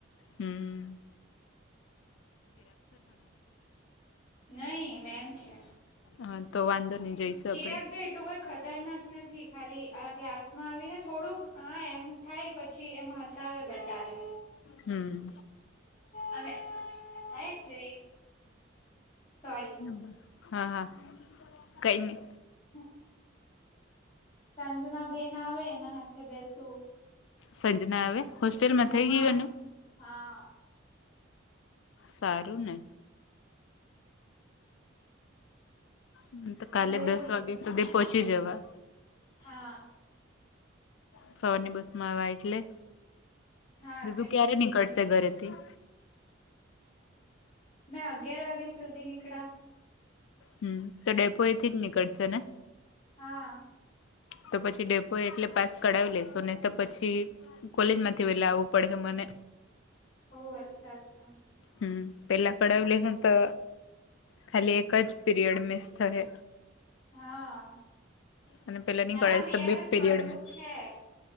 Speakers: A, on the left; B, on the left.
A: હમ્મ
B: નહીં મેમ છે,
A: હા તો વાંધો નહી જઈશું
B: ચિરાગ
A: આપડે,
B: ભી એટલું કોઈ ખતરનાક નથી, ખાલી આ ક્લાસ માં આવી ને થોડુંક હા એમ થાય. પછી એમ હસાવે બધાને,
A: હમ્મ
B: અને આઈ ટ્રેન સોરી,
A: નંબર હા કંઈ નઈ.
B: <inaudible> સાંજના બેન આવે એના હાથે બેસવું,
A: સંજના ના આવે હોસ્ટેલ મા
B: હા
A: થઈ ગયું એનું,
B: હા,
A: સારું ને હમ્મ કાલે
B: બોલો
A: દસ
B: બીજું
A: વાગ્યા સુધી પહોંચી જવા,
B: હા.
A: સવારની બસ માં આવા એટલે
B: હા કઈ
A: તું ક્યારે
B: નઈ
A: નીકળશે ઘરેથી
B: મેં અગિયાર વાગ્યા સુધી નીકળા,
A: હમ્મ તો ડેપો એથી જ નીકળશે ને,
B: હા,
A: તો પછી ડેપો એટલે પાસ કડાવી લેશુ ની તો પછી કોલેજ માંથી વેલે આવવું પડે મને.
B: ઓહ અચ્છા અચ્છા,
A: હમ્મ પેલા કળાવી
B: અચ્છા
A: લેહુ તો ખાલી એક જ પીરિયડ મિસ થહે
B: હા,
A: અને પેલાની
B: ના
A: કરાવી
B: બીઆરએફ
A: છે, બેજ પીરિયડમે
B: કરવું છે